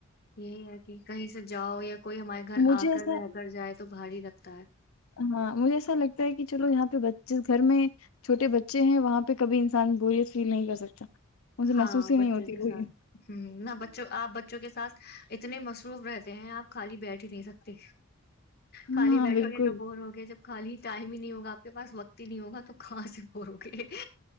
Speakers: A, on the left (about 45°); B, on the left (about 75°).
A: یہی ہے کہ کہیں سے جاؤ یا کوئی ہمارے گھر
B: مجھے
A: آ
B: ایسا
A: کر رہ کر جائے تو بھاری لگتا ہے
B: ہاں مجھے ایسا لگتا کہ چلو یہاں پہ جس گھر میں چوٹے بچے ہیں وہاں پہ کبھی انسان بورت فیل نہیں کر سکتا مجھے
A: ہاں
B: محسوس ہی
A: بچوں
B: نہیں ہوتی
A: کے
B: بوریت
A: ساتھ ہ نہ بچوں آپ بچوں کے ساتھ اتنے مصروف رہتے ہیں آپ خالی بیٹ ہی نہیں سکتے
B: ہاں
A: خالی بیٹھو
B: بالکل
A: گے تو بور ہوگے جب خالی ٹائم ہی نہیں ہوگا آپ کے پاس وقت ہی نہیں ہوگا تو کہاں سے بورو گے